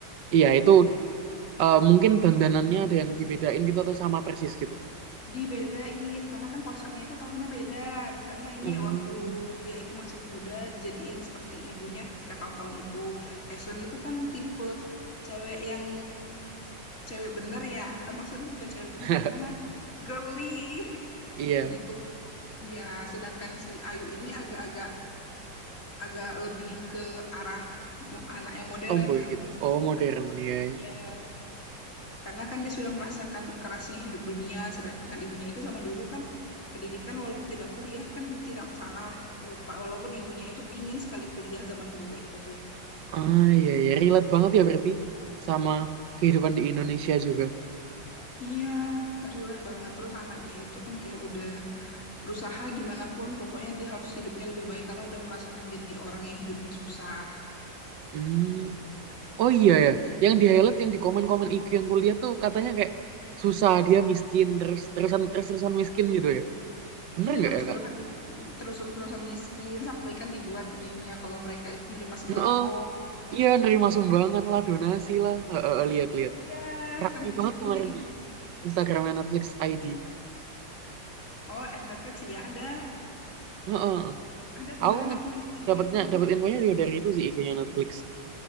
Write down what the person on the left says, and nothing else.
dibedain karena kan konsepnya itu tahunnya beda. Misalnya ini
waktu dia itu masih muda dijadiin seperti ibunya ketika tahun-tahun itu. Esun itu kan tipe cewek yang cewek bener ya. Eh, Maksudnya bukan cewek bener
gimana? Girly <laughs>
kayak gitu. Ya, sedangkan si Ayu ini agak-agak agak lebih ke arah mo- anak yang modern,
tidak
terlalu modern.
Ya, karena kan dia sudah merasakan kerasnya hidup dunia, sedangkan ibunya itu zaman dulu kan pendidikan walaupun tidak kuliah kan tidak masalah. Eh, Walaupun ibunya itu pingin sekali kuliah zaman dulu itu.
Iya, relate banget. Terus anaknya itu kan kayak udah berusaha gimana pun, pokoknya dia harus hidupnya lebih baik karena udah merasakan jadi orang yang hidupnya susah,
seperti itu.
Iya,
terus-terusan
terus-terusan miskin, sampai kan dibuat meme-nya kalau mereka itu nerima sembako.
Iya,
saking
sedihnya
itu.
Oh, eh, Netflix ya ada.
Ada kemarin
aku lihat juga
itu.